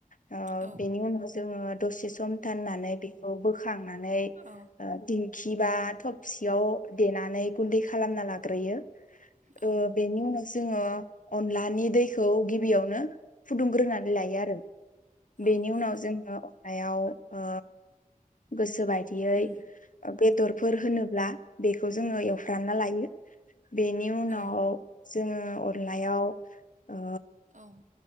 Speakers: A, on the left; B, on the right.
A: । <inaudible> ओ
B: औ
A: बेनि उनाव जोङो दसे सम थोननानै बेखौ बोखांनानै
B: औ
A: ओ दिंखि बा थबसियाव देनानै गुन्दै खालामना लागोन लाग्रोयो
B: औ
A: बेनि ओ उनाव जोङो अनलानि दैखौ गिब गिबियावनो फुदुंग्रोनानै लायो आरो
B: औ
A: बेनि उनाव
B: औ
A: जोङो नायाव ओ गोसोबाय बिदियै
B: उम
A: ओ बेदरफोर
B: औ
A: होनोब्ला बेखौ जोङो
B: औ
A: एवफ्रानना लायो बेनि उनाव
B: औ
A: जोङो अरनायाव ओ
B: औ